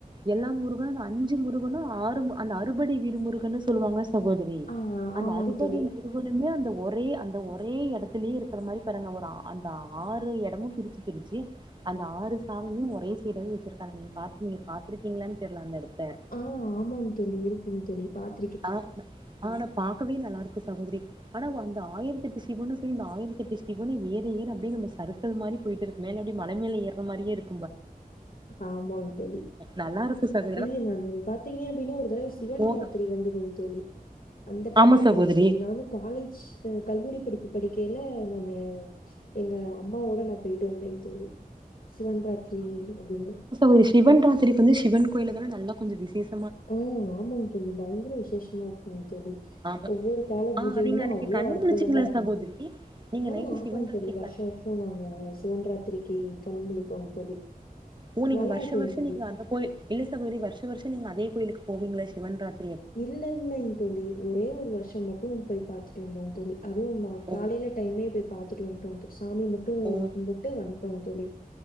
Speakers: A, on the right (about 30°); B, on the left (about 65°).
A: எல்லா முருகனு இந்த அஞ்சு முருகனு ஆறு அந்த அறுபடை வீடு முருகன்னு சொல்லுவாங்க சகோதரி ரி
B: ஆ
A: அந்த
B: ஆமாங்க
A: அறுபடை
B: தோழி
A: முரு எப்போதுமே அந்த ஒரே அந்த ஒரே எடத்துலயே இருக்குற மாரி பாருங்க ஒரு ஆ அந்த ஆறு எடமு பிரிச்சுட் திருச்சி அந்த ஆறு சாமியு ஒரே சைடு வந்து வச்சுருக்காங்க நீங்க பாத்தீங்க நீங்க பாத்துருக்கீங்களான்னு தெர்ல அந்த எடத்த
B: ஆ ஆமாங் தோழி இருக்குங்க தோழி பாத்
A: அ ஆனா பாக்கவே நல்லா இருக்கு சகோதரி ஆனா வொ அந்த ஆயிரத்தெட்டு சிவனு சேந்து ஆயிரத்தெட்டு சிவனு ஏற ஏற அப்டியே நம்ம சருக்கள் மாரி போய்ட்டுருக்கு மேல அப்டெ மல மேல ஏற மாரியே இருக்
B: ஆமாங் தோழி
A: நல்லா இருக்கு சக
B: இது நானு பாத்திங்க அப்டினா ஒரு தடவ சிவன்
A: போக
B: ராத்ரி வந்ததுங் தோழி அந்த டைம்ல
A: ஆமா சகோதரி
B: போனேங் தோழி நானு காலேஜ் கல்லூரி படிப்பு படிக்கைல நானு எங்க அம்மாவோட நா பொய்ட்டு வந்தேங் தோழி சிவன் ராத்ரி அப்டின்னு
A: ஒரு சிவன் ராத்ரிகு வந்து சிவன் கோயில்ல தான நல்லா கொஞ்ச விசேஷ
B: ம் ஆமாங் தோழி பயங்கர விசேஷமா இருக்கு தோழி
A: ஆமா
B: ஒவ்வொரு கால
A: ஆ
B: பூஜையிலு
A: நீங்க அன்னைக்கு
B: அவ்ளோ
A: கண்ணு
B: அற்
A: முழிச்சீங்களா
B: புதமா இருக்கு
A: சகோதரி
B: தோழி
A: நீங்க
B: அ
A: நைட்டு
B: ஆமாங்
A: சிவன்
B: தோழி
A: ராத்திரி
B: வர்ஷோ
A: கண்
B: வர் சோ நாங்க சிவன்ராத்ரிக்கு கண் முழிப்போங் தோழி
A: ஓ நீங்க
B: நல்லா
A: வர்ஷ
B: இருக்குங்க
A: வர்ஷ
B: தோழி.
A: நீங்க அந்த கோய் இல்ல சகோதரி வர்ஷ வர்ஷ நீங்க அதே கோயிலுக்கு போவிங்ளா சிவன்ராத்
B: இல்ல இல்லைங் தோழி ஒரே ஒரு வருஷம் மட்டு போய் பாத்துட்டு வந்தோங் தோழி அதுவு காலைல
A: ஓ
B: டைமே போய் பாத்துட்டு வந்துட்டோங் சாமி மட்டு
A: ஓ
B: கும்புட்டு வந்ட்டோங் தோழி